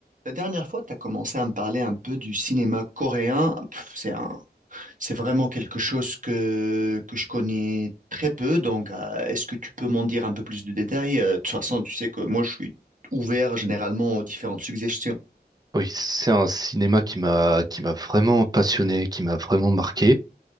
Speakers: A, on the right (about 50°); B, on the right (about 20°).
A: La dernière fois, tu as commencé à me parler un peu du cinéma coréen. Pff, C'est un- c'est vraiment quelque chose que, que je connais très peu. Donc, euh, est-ce que tu peux m'en dire un peu plus de détails? Euh, De toute façon, tu sais que moi, je suis ouvert généralement aux différentes suggestions.
B: Oui, c'est un cinéma qui m'a qui m'a vraiment passionné, qui m'a vraiment marqué,